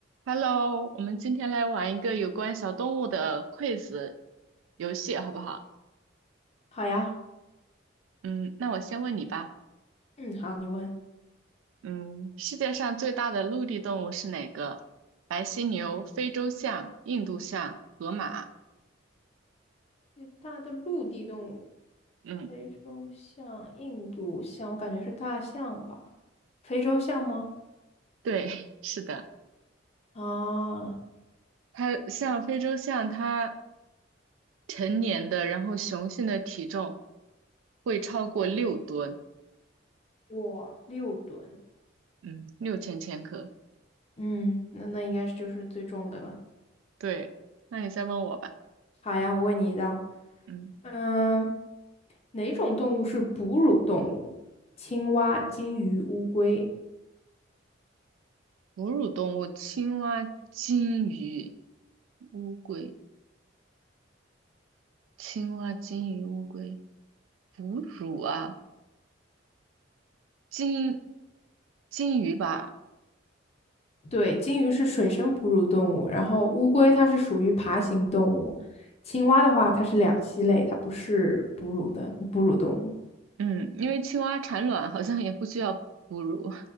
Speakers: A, on the right; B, on the left.
A: Hello，我们今天来玩一个有关小动物的 quiz 游戏，好不好？
B: 好呀，
A: 嗯，那我先问你吧。
B: 嗯，好，你问。
A: 嗯，世界上最大的陆地动物是哪个？白犀牛、非洲象、印度象、河马。
B: 最大的陆地动物，
A: 嗯，
B: 非洲象、印度象，我感觉是大象吧？非洲象吗？
A: 对，<laughs> 是的。
B: 啊，
A: 它像非洲象，它成年的，然后雄性的体重会超过六吨，
B: 哇，六吨，
A: 嗯，六千千克。
B: 嗯，那那应该是就是最重的了。
A: 对，那你再问我吧。
B: 好呀，我问你一道，
A: 嗯，
B: 嗯，哪种动物是哺乳动物？青蛙、金鱼、乌龟。
A: 哺乳动物，青蛙、金鱼。乌龟，青蛙、金鱼、乌龟，哺乳啊，金金鱼吧，
B: 对，鲸鱼是水生哺乳动物，然后乌龟它是属于爬行动物，青蛙的话它是两栖类，它不是哺乳的哺乳动物，
A: 嗯，因为青蛙产卵好像也不需要哺乳，